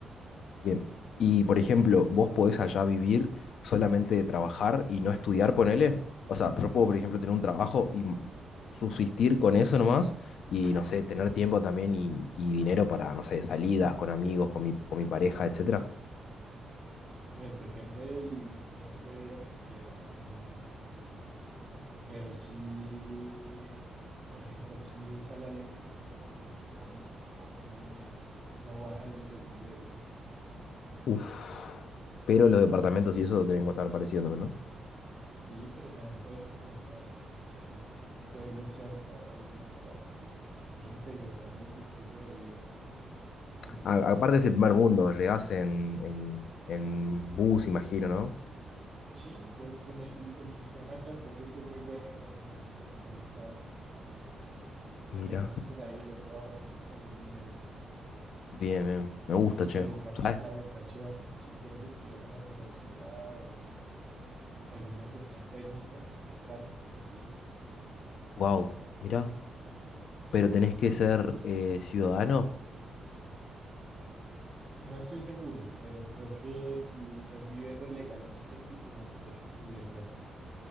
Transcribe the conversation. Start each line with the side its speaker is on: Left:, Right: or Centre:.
Left: Bien. Y por ejemplo, vos podés allá vivir solamente de trabajar y no estudiar, ponele. O sea, yo puedo, por ejemplo, tener un trabajo y m- subsistir con eso nomás y, no sé, tener tiempo también y, y dinero para, no sé, salidas con amigos, con mi, con mi pareja, etcétera.
Right: Pues depende del nivel de vida que quieras, pero Pero sí, por ejemplo, aquí un salario mínimo, mínimo, mínimo en Múnich no baja de los 2.000 euros.
Left: Uf. Pero los departamentos y eso deben costar parecido también, ¿no?
Right: Sí, pero también puedes encontrar, no sé, en pueblos cerca algo más barato y por eso te digo, depende de tu estilo de vida, de cómo quieras
Left: A- aparte
Right: vivir.
Left: es el primer mundo, llegás en, en, en bus, imagino, ¿no?
Right: Sí, puedes tener el, el sistema de transporte que es muy bueno, no necesitas tener un carro, entonces empezando
Left: Mira.
Right: por ahí ya te ahorras algún dinero.
Left: Bien, bien. Me gusta,
Right: La
Left: che.
Right: educación,
Left: ¿Sabes?
Right: la educación, si quieres estudiar en la universidad o alguna cuestión técnica, es gratis también.
Left: Wow, mira,
Right: Eh,
Left: pero tenés que ser eh, ciudadano.
Right: no estoy seguro, pero creo que si estás viviendo legalmente aquí, tienes derecho a estudiar gratis.